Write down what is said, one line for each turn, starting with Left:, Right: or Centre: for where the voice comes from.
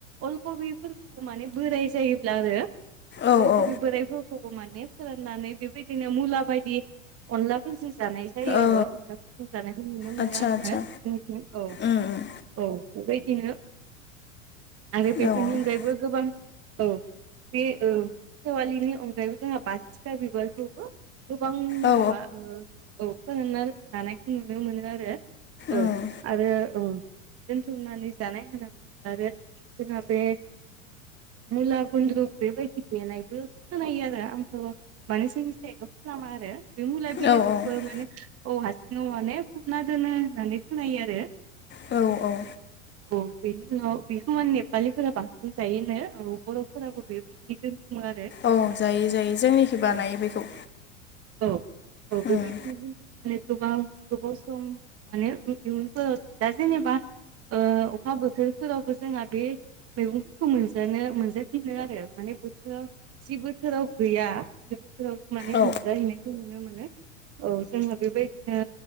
Right: अलकबिफोरखौबो माने बोराय जायोब्ला आरो
Left: औ
Right: <unintelligible>
Left: औ
Right: मान फोराननानै बेबायदिनो मुला बायदि अनलाफोर जि जानाय जायो
Left: औ
Right: आरो अनलाखौ जों जानायखौ नुनो
Left: आदसा
Right: मोनो आरोङा
Left: आदसा
Right: जोंनिथिं औ
Left: उम उम
Right: औ बेबायदिनो आरो बेफोरनि
Left: औ
Right: अनगायैबो गोबां औ बे सेवालिनि अनगायैबो जोंहा बासिखा बिबारखौबो गोबां
Left: औ
Right: माबा औ फोरोंना लानायखौ नुनो मोनो आरो औ
Left: उम
Right: आरो दोनथुमनानै जानाय होनना बुङोब्ला आरो जोंहा बे मुला गुन्द्रु बेबायदि देनायबो खोनायो आरो आंथ' माने जोंनि साइडआव खालामा आरो बे मुला बिलाइखौबो
Left: औ औ
Right: माने औ हारसिङाव माने हमना दोनो होननानै खोनायो आरो
Left: औ औ
Right: औ बेनि उनाव बेखौ मान नेपालिफोरा बांसिन जायोनो औ बर'फोराबो बेबायदि बि दोनथुमो आरो
Left: औ जायो जायो जोंनिखि बानायो
Right: औ
Left: बेखौ
Right: औ औ बेबायदिनो
Left: उम
Right: जोंथिनानै गोबां गोबाव सम माने इ दा जेनेबा अखा बोथोरफोरावबो जोंहा बे मैगंफोरखौ मोनजानो मोनजाफिनो आरो माने बोथोराव जि बोसोराव गैया बे बोसोराव माने
Left: औ
Right: मोनजाहैनायखौ नुनो मोनो औ जोङो बेबायदिनो